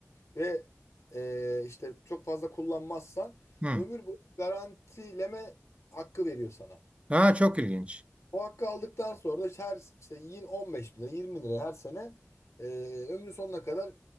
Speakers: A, on the left; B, on the right.
A: ve e, işte çok fazla kullanmazsan
B: Hı.
A: ömür boyu garantileme hakkı veriyor sana.
B: Ha, çok ilginç.
A: O hakkı aldıktan sonra da işte her işte 20, 15 bin lira 20 bin lira her sene e, ömrün sonuna kadar